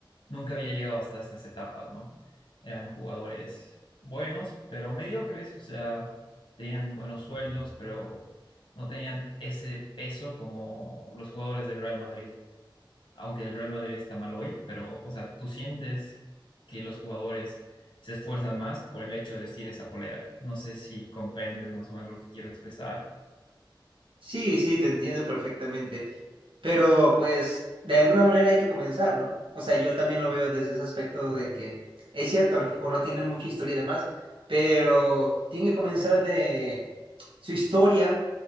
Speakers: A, on the left; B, on the right.
A: nunca había llegado hasta estas etapas, ¿no? Eran jugadores buenos, pero mediocres, o sea, tenían buenos sueldos, pero no tenían ese peso como los jugadores del Real Madrid aunque el Real Madrid está mal hoy, pero, o sea, tú sientes que los jugadores se esfuerzan más por el hecho de vestir esa polera. No sé si comprendes más o menos lo que quiero expresar.
B: Sí, sí, te entiendo perfectamente. Pero pues de alguna manera hay que comenzar, ¿no? O sea, yo también lo veo desde ese aspecto de que es cierto, a lo mejor no tienen mucha historia y demás, pero tienen que comenzar de su historia